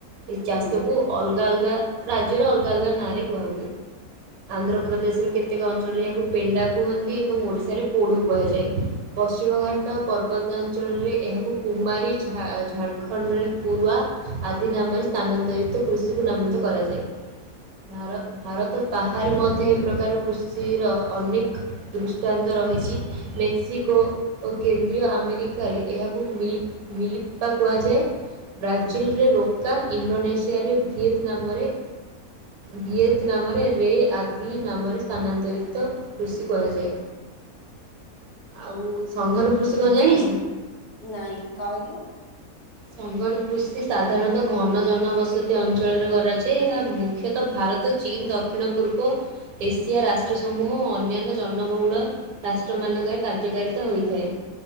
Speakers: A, on the right; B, on the left.
A: ଏ ଚାଷ
B: ହୁଁ
A: କୁ ଅଲଗା ଅଲଗା ରାଜ୍ୟରେ ଅଲଗା ଅଲଗା ନାଁ ରେ କୁହା ହୁଏ। ଆନ୍ଧ୍ରପ୍ରଦେଶର କେତେକ ଅଞ୍ଚଳରେ ଏହାକୁ ପେଣ୍ଡା କୁହନ୍ତି ଏବଂ ଓଡ଼ିଶାରେ ପୋଡୁ କୁହାଯାଏ। ପଶ୍ଚିମ ଘାଟ ପର୍ବତାଞ୍ଚଳରେ ଏହାକୁ କୁମାରୀ ଝା ଝାଡ଼ଖଣ୍ଡରେ କୁରୁଆ ଆଦିି ନାମରେ ସ୍ଥାନାନ୍ତରିତ କୃଷିକୁ ନାମିତ କରାଯାଏ।
B: <unintelligible>
A: ଭାର ଭାରତ ବାହାରେ ମଧ୍ୟ ଏ ପ୍ରକାର କୃଷିର ଅନେକ ଦୃଷ୍ଟାନ୍ତ ରହିଛି ମେକ୍ସିକୋ ଓ କେନ୍ଦ୍ରୀୟ ଆମେରିକାରେ ଏହାକୁ ମିଲିପ୍ ମିଳିପ ବା କୁହାଯାଏ। ବ୍ରାଜିଲିରେ ରୋକା ଇଣ୍ଡୋନେସିଆରେ ଭିଏତ ନାମରେ ଭିଏତ ନାମରେ ରେ ଆଦି ନାମରେ ସ୍ଥାନାନ୍ତରିତ କୃଷି କୁହାଯାଏ ଆଉ ସଂଙ୍ଘନ କୃଷି କଣ ଜାଣିଛୁ?
B: ନାଇଁ କହିଲୁ
A: ସଙ୍ଗନ କୃଷି ସାଧାରଣତଃ ଘନ ଜନବସତି ଅଞ୍ଚଳରେ କରାଯାଏ ଏହା ମୁ ମୁଖ୍ୟତଃ ଭାରତ ଚୀନ ଦକ୍ଷିଣ ପୂର୍ବ ଏସିଆ ରାଷ୍ଟ୍ର ସମୂହ ଓ ଅନ୍ୟାନ୍ୟ ଜନବହୁଳ ରାଷ୍ଟ୍ର ମାନଙ୍କରେ କାର୍ଯ୍ୟକାରିତା ହୋଇଥାଏ।